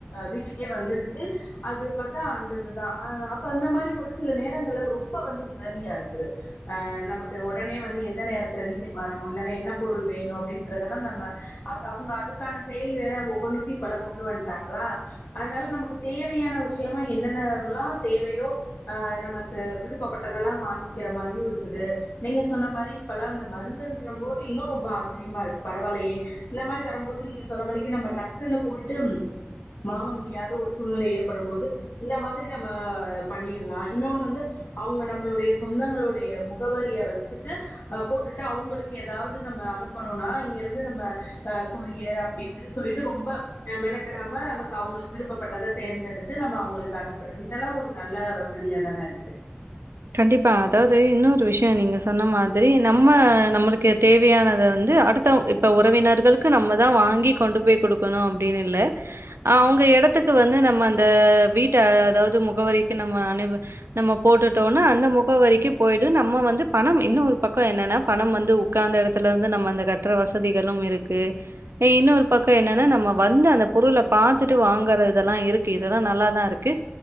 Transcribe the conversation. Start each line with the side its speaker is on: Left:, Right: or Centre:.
Left: வீட்டுக்கே வந்துடுச்சு அது பாத்தா அந்த இதுதா அ அப்ப அந்த மாரி ஒரு சில நேரங்கள்ல ரொம்ப வந்து உதவியா இருக்குது அ நமக்கு ஒடனே வந்து எந்த நேரத்துல வீட்டுக்கு வரணு இல்லன்னா என்ன பொருள் வேணு அப்டின்றதெல்லா நம்ம அது அவங்க அதுக்கான செயலி வேற ஒவ்வொன்னுக்கு இப்பல்லா கொண்டு வந்துட்டாங்களா அதனால நமக்கு தேவையான விஷ் முக்கியமா என்னென்னவல்லா தேவையோ ஆ நமக்கு விருப் விருப்பப்பட்டதெல்லா வாங்கிக்கிற மாரியு இருக்குது நீங்க சொன்ன மாரி இப்பெல்லா இந்த மருந்துன்ற போது இன்னு ரொம்போ ஆச்சிரியமா இருக்கு பரவால்லையே இந்த மாரி வரும்போது நீங்க சொன்ன மாரிக்கு நம்ம டக்குன்னு போயிட்டு வாங்க முடியாத ஒரு சூழ்நிலை ஏற்படும் போது இந்த மாதிரி நம்ம பண்ணிடலா இன்னொன்னு வந்து அவங்க நம்மளுடைய சொந்தங்களுடைய முகவரிய வெச்சுட்டு அ போட்டுட்டு அவங்களுக்கு எதாவது நம்ம அனுப்பணுன்னா இங்க இருந்து நம்ம அ கொரியர் அப்புடி இப்புடின்னு சொல்லிட்டு ரொம்ப மெனக்கடா நமக்கு அவங்களுக்கு விருப்பப்பட்டதைன தேர்ந்தெடுத் து நம்ம அவங்களுக்கு அனுப்புறது இதெல்லா ஒரு நல்ல வசதியா தான இருக்கு
Right: கண்டிப்பா அதாவது இன்னொரு விஷ்யோ நீங்க சொன்ன மாதிரி நம்ம நம்மளுக்கு தேவையானத வந்து அடுத்த இப்ப உறவினர்களுக்கு நம்மதா வாங்கி கொண்டு போய் குடுக்கணு அப்டின்னு இல்ல அவங்க எடத்துக்கு வந்து நம்ம அந்த வீட்டு அதாவது முகவரிக்கு நம்ம அனுப்பி நம்ம போட்டுட் டோனா அந்த முகவரிக்கு போயிட்டு நம்ம வந்து பணம் இன்னொரு பக்கோ என்னன்னா பணம் வந்து உக்காந்த எடத்துல இருந்து நம்ம அந்த கட்டுற வசதிகளும் இருக்கு இன்னொரு பக்கோ என்னன்னா நம்ம வந்து அந்த பொருள பாத்துட்டு வாங்கறதெல்லா இருக்கு இதெல்லா நல்லாதா இருக்கு